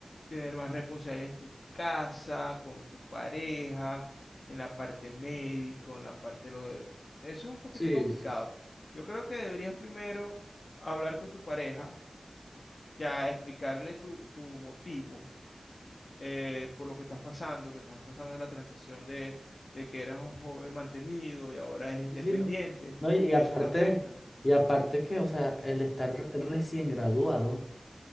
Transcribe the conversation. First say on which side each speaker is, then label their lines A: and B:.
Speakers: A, on the left; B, on the left.
A: tener más responsabilidad en tu casa, con tu pareja, en la parte médico, en la parte de lo de- Eso es un poquito
B: Sí,
A: complicado.
B: sí,
A: Yo creo que deberías primero hablar con tu pareja, ya explicarle tu, tu motivo eh, por lo que estás pasando, que estás pasando en la transición de, de que eras un joven mantenido y ahora eres independiente
B: sí, no, no, y y
A: y
B: aparte,
A: eso te afecta.
B: y aparte que, o sea, el estar re- recién graduado,